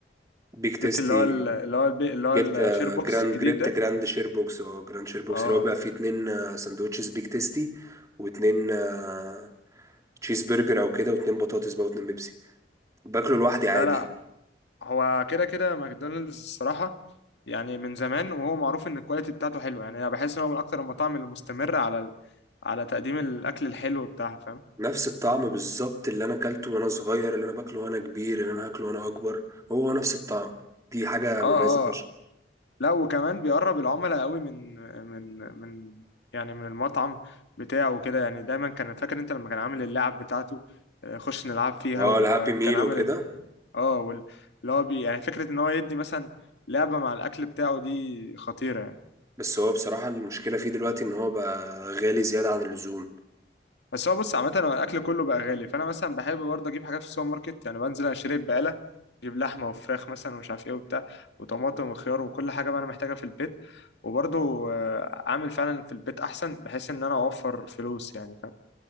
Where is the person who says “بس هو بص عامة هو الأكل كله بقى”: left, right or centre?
Left